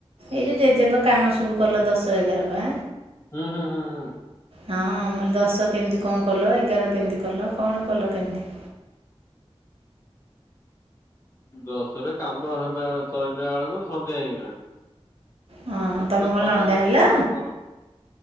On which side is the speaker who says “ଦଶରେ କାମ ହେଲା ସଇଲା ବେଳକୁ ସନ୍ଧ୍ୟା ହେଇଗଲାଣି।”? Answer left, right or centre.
Left